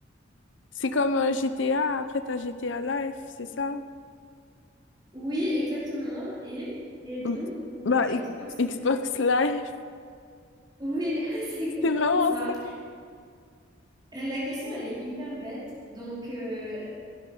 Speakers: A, on the left (about 75°); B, on the right (about 20°).
A: C'est comme euh, GTA, après t'as GTA Live, c'est ça?
B: Oui, exactement. Et, et donc
A: Mm.
B: pour
A: Bah,
B: Xbox,
A: X-
B: c'est
A: Xbox
B: le...
A: Live, <laughs>
B: Oui, <laughs> c'est exactement
A: c'est vraiment
B: ça.
A: ça.
B: Euh, La question, elle est hyper bête. Donc, euh,